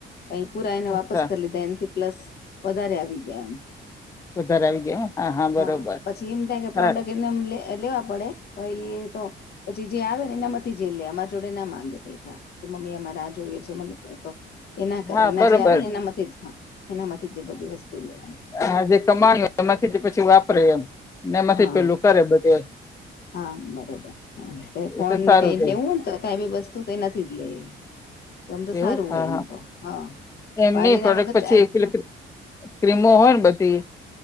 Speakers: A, on the left (about 55°); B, on the left (about 15°).
A: પ ઈ પુરા એને
B: અચ્છા
A: વાપસ કરી લીધા એ- - પ્લસ વધારે આવી ગયા એમ.
B: વધારે આવી ગયા બરોબર
A: હા પછી એમ થ કે પ્રોડક્ટ-
B: હા
A: - નમ લેવા પડે પણ એ તો- - પછી જે આવે ને એનામાંથી જેલ લે અમારા જોડે ના માંગે પૈસા કે મમ્મી અમારા- - જોઈએ છે મ તો એના કરે
B: હા
A: એના
B: બરોબર
A: જે આવે ને એનામાંથી જ- - એનામાંથી જે બધી વસ્તુ લે- -
B: હ જે કમાણી હોય એમાંથી પછી વાપરે એમ ને એમાંથી
A: હા
B: પેલું કરે બધે.
A: હા બરોબર હા ફોન
B: તો
A: ને
B: સારું
A: કઈ
B: રે
A: લેવુંને તો કઈ બી વસ્તુ- - તો એ નથી જ લે. તમ તો
B: એવું
A: સારું
B: હા
A: હોય એમ તો હા
B: એમ
A: પણ
B: નહી
A: ના
B: પ્રોડક્ટ
A: વગર
B: પછી
A: ચાલ-
B: પેલી
A: -
B: ક્રીમો હોય ને બધી